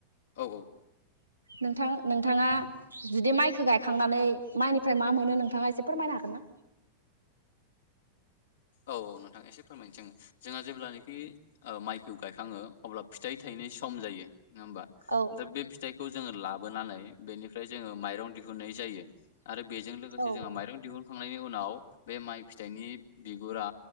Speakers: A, on the left; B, on the right.
A: औ
B: नोंथां नोंथाङा जुदि माइखौ गायखांनानै माइनिफ्राय मा मोनो नोंथाङा एसे फोरमायनो हागोन ना?
A: औ औ नोंथां एसे फोरमायनोसै ओ माइखौ गायखाङो अब्ला फिथाइ थायनो सम जायो। नङा होमबा
B: औ
A: दा बे फिथाइखौ खौ जोङो लाबोनानै बेनिफ्राय जोङो माइरं दिहुननाय जायो आरो बेजों लोगोसे
B: औ
A: जोंहा माइरं दिहुनखांनायनि उनाव बे माइ फिथाइनि बिगुरा